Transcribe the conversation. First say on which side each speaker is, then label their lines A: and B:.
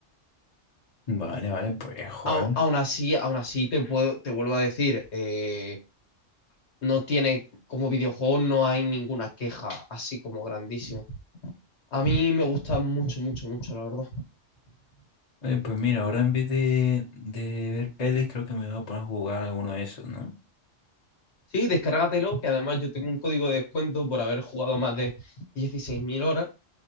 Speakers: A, on the left; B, on the left.
A: Vale, vale, pues, joder.
B: Au- Aún así, aún así te puedo, te vuelvo a decir, eh, no tiene, como videojuego no hay ninguna queja así como grandísima. A mí me gusta mucho, mucho, mucho, la verdad.
A: Oye, pues mira, ahora en vez de, de ver pelis, creo que me voy a poner a jugar alguno de esos, ¿no?
B: Sí, descárgatelo, que además yo tengo un código de descuento por haber jugado más de 16.000 horas